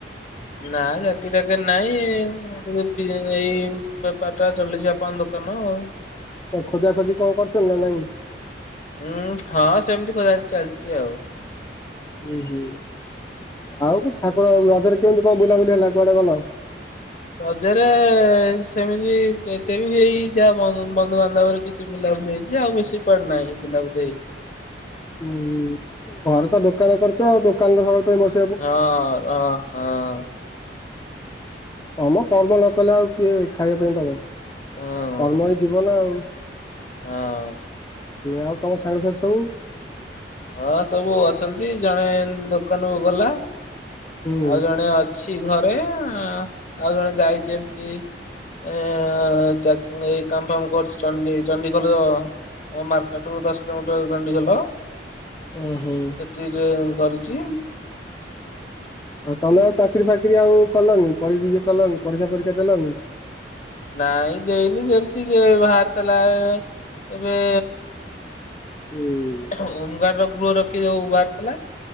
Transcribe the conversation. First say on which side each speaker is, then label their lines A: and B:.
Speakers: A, on the left; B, on the left.
A: ନା, ଚାକିରି ଫାକିର ନାଇଁ <unintelligible> ଏଇ ବି ବେପାର ଟା ଚଲେଇଛି ବାପାଙ୍କ ଦୋକାନ ଆଉ।
B: ଖୋଜା ଖୋଜି କଣ କରୁଛ ନା ନାଇଁ?
A: ଉୁଁ, ହଁ ସେମିତି ଖୋଜାଖୋଜି ଚାଲିଛି ଆଉ।
B: ହୁଁ, ହୁଁ ଆଉ ଠାକୁର ରଜରେ କେମିତି କଣ ବୁଲାବୁଲି ହେଲା କୁଆଡେ ଗଲ?
A: ରଜରେ, ସେମିତି ଏତେ ବି ଯାହା ବନ୍ଧୁବାନ୍ଧବରେ କିଛି ବୁଲାବୁଲି ହେଇଛି ଆଉ, ବେଶି କୁଆଡ଼େ ନାହିଁ ବୁଲାବୁଲି ହେଇ
B: ହୁଁ ହୁଁ, ଘରେ ତ ଦୋକାନ କରିଛ, ଆଉ ଦୋକାନରେ ସବୁବେଳ ପାଇଁ ବସି
A: ହଁ ଅ ହଁ।
B: ହମ୍ କର୍ମ ନ କଲେ ଆଉ କିଏ ଖାଇବା ପାଇଁ ଦବ?
A: ହଁ
B: କର୍ମ ହିଁ ଜୀବନ ଆଉ।
A: ହଁ।
B: ଆଉ ତମ ସାଙ୍ଗସାଥି ସବୁ?
A: ହଁ ସବୁ ଅଛନ୍ତି ଜଣେ ଦୋକାନରୁ ଗଲା,
B: ହୁଁ
A: ଆଉ ଜଣେ ଅ ଅଛି ଘରେ, ଆଉ ଜଣେ ଯାଇଛି ଏମତି ଏ ଚା ଏଇ କାମ ଫାମ କରୁଛି ଚଣ୍ଡି ଚଣ୍ଡି ଖୋଲ ମୋ ମାର୍କେଟ ରୁ ଦଶ କିଲୋମିଟର ଚଣ୍ଡି ଖୋଲ।
B: ଉଁ, ହୁଁ।
A: <unintelligible> କରିଛୁ।
B: ତମେ ଆଉ ଚାକିରି ଫାକିରି ଆଉ କଲନିି କରିକି କଲନି ପରୀକ୍ଷା ଫରୀକ୍ଷା ଦେଲନି?
A: ନାଇଁ ଦେଇନି ସେମିତି ସେ ବାହାରିଥିଲା, ଏବେ
B: ହୁଁ।
A: ଓମଗାର ର ଗୃହ ରଖି ଯୋଉ ବାହାରି ଥିଲା।